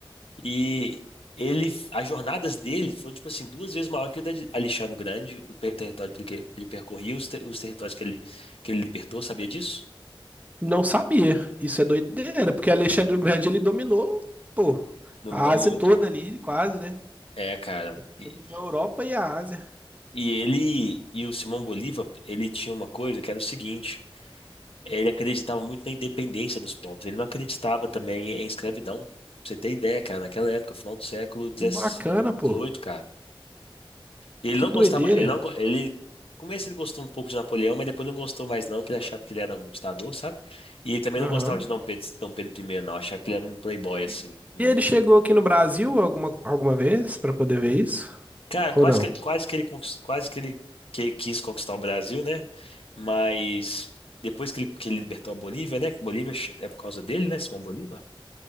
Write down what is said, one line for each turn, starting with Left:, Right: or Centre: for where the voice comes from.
Left: e ele as jornadas dele foram tipo assim duas vezes maior que a de Alexandre o Grande, o per- território que ele, que ele percorria, os, ter- os territórios que ele que ele libertou, sabia disso?
Right: não sabia. Isso é doideira, porque Alexandre o Grande, ele dominou, pô,
Left: Dominou
Right: a Ásia
Left: muito.
Right: toda ali, quase, né?
Left: É, cara.
Right: Ele
Left: E,
Right: dominou a Europa e a Ásia.
Left: e ele e o Simão Bolívar, ele tinha uma coisa que era o seguinte Ele acreditava muito na independência dos povos. Ele não acreditava também em escravidão. Pra você ter ideia, cara, naquela época, final do século dezoito,
Right: Que bacana, pô.
Left: cara. Ele
Right: Que
Left: não
Right: doideira.
Left: gostava, ele não, go- ele, no começo ele gostou um pouco de Napoleão, mas depois não gostou mais não, que ele achava que ele era um ditador, sabe? E ele também
Right: Aham.
Left: não gostava de Dom Pedro, Dom Pedro I, não, achava que ele era um playboy assim.
Right: E
Left: Hum.
Right: e ele chegou aqui no Brasil alguma, alguma vez pra poder ver isso?
Left: Cara,
Right: Ou
Left: quase
Right: não?
Left: que, quase que ele conquist- quase que ele que- quis conquistar o Brasil, né? Mas depois que ele, que ele libertou a Bolívia, né? Que Bolívia é por causa dele, né? Simão Bolívar.